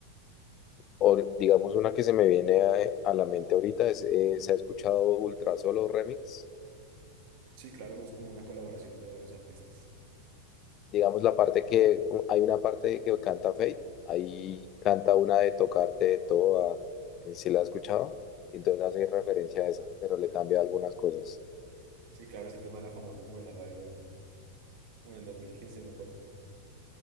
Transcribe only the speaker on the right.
Sí, claro, es como una colaboración de varios artistas.
Sí, claro, ese tema era famoso como en la radio en, como en el dos mil quince me acuerdo.